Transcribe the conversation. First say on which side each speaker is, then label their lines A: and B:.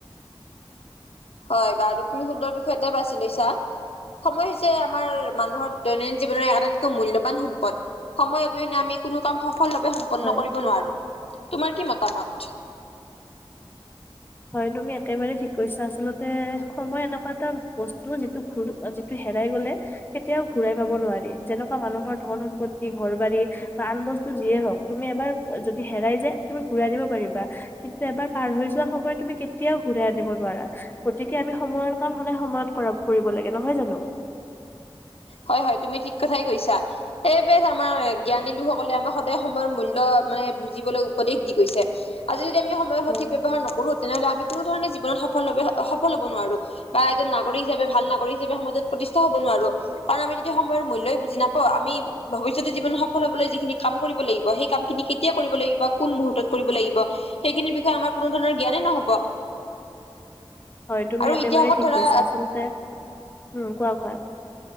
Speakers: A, on the left; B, on the left.
A: হয় বাৰু তুমি সুদৰ বিষয়তে বাছি লৈছা সময় হৈছে আমাৰ মানুহৰ দৈনন্দিন জীৱনৰ আটাইতকৈ মূল্যবান সম্পদ সময় অবিহনে আমি কোনো কাম সফল ভাৱে সম্পন্ন
B: হয়
A: কৰিব নোৱাৰো। তোমাৰ কি মতামত?
B: হয় তুমি একেবাৰে ঠিক কৈছা, আচল্ততে সময় এনেকুৱা এটা বস্তু যিটো ঘ যিটো হেৰা। লে কেতিয়াও ঘুৰাই পাব নোৱাৰি যেনেকুৱা মানুহৰ ধন সম্পত্তি ঘৰ বাৰী বা আন বস্তু যিয়ে হওক তুমি এবাৰ যদি হেৰাই যায় তুমি ঘূৰাই নিব পাৰিবা কিন্তু এবাৰ পাৰ হৈ যোৱা সময়ত তুমি কেতিয়াও ঘূৰাই আনিব নোৱাৰা। গতিকে আমি সময়ৰ কাম সদায় সময়ত কৰা কৰিব লাগে নহয় জানো? <inaudible>
A: হয়-হয় তুমি ঠিক কথাই কৈছা। সেইব আমাৰ জ্ঞানী লোকসকলে আমি সদায় সময়ৰ মূল্য মানে বুজিবলৈ উপদেশ গৈছে আজি যদি আমি সময়ৰ সঠিক
B: উম
A: ব্যৱহাৰ নকৰো। তেনেহ'লে আমি কোনো ধৰণে জীৱন সফল <unintelligible> সফল হ'ব নোৱাৰো বা এজন নাগৰিক হিচাপ ভালাগৰিক হিচাপে সমাজত প্ৰতিষ্ঠ হ'ব নোৱাৰো। কাৰণ আমি যদি সময়ৰ মূল্যয়ই বুজি নাপাওঁ। আমি ভৱিষ্যতে জীৱন সফল হ'বলৈ যিখিনি কাম কৰিব লাগিব সেই ক <unintelligible> মুহূুৰ্ত কৰিব লাগিব সেইখিনিৰ বিষয়ে আমাৰ কোনো ধৰণৰ জ্ঞানেই নহব
B: হয়, তুমি
A: আৰু
B: একেবাৰেেই
A: ইতিহাসত
B: ঠিক
A: ধৰা
B: কৈছা আচলতে উম কোৱা কোৱা